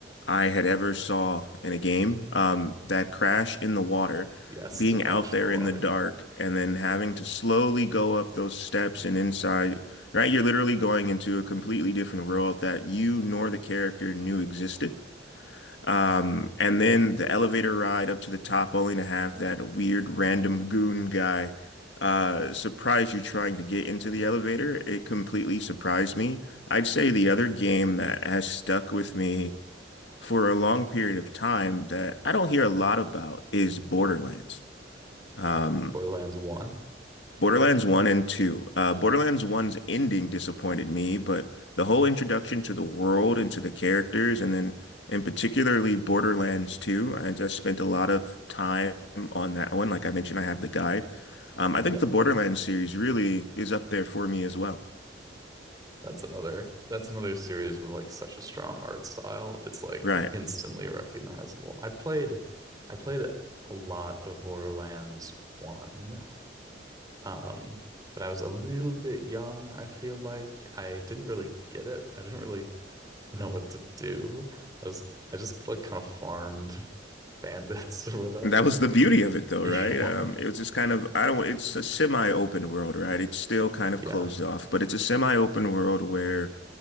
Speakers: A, on the left (about 75°); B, on the right (about 20°).
A: I had ever saw in a game. Um, that crash in the water,
B: Yes,
A: being
B: the crash
A: out there
B: in the water.
A: in the dark, and then having to slowly go up those steps and inside, right? You're literally going into a completely different world that you nor the character knew existed. Um, and then the elevator ride up to the top, only to have that weird random goon guy uh, surprise you trying to get into the elevator. It completely surprised me. I'd say the other game that has stuck with me for a long period of time that I don't hear a lot about is Borderlands. Um,
B: Borderlands 1.
A: Borderlands 1 and 2. Uh, Borderlands 1's ending disappointed me, but the whole introduction to the world and to the characters, and then in particularly Borderlands 2, I just spent a lot of time on that one. Like I mentioned, I have the guide. Um, I think
B: Yeah.
A: the Borderlands series really is up there for me as well.
B: That's another that's another series with like such a strong art style. It's like
A: Right.
B: instantly recognizable. I played I played a lot of Borderlands 1. Mm. Um, but I was a little bit young, I feel like. I didn't really get it. I didn't really know what to do. I was I just like kind of farmed bandits or whatever.
A: And That was the
B: <laughs>
A: beauty of it though,
B: Yeah.
A: right? Um, it was just kind of, I don't, it's a semi-open world, right? It's still kind of
B: Yeah.
A: closed off, but it's a semi-open world where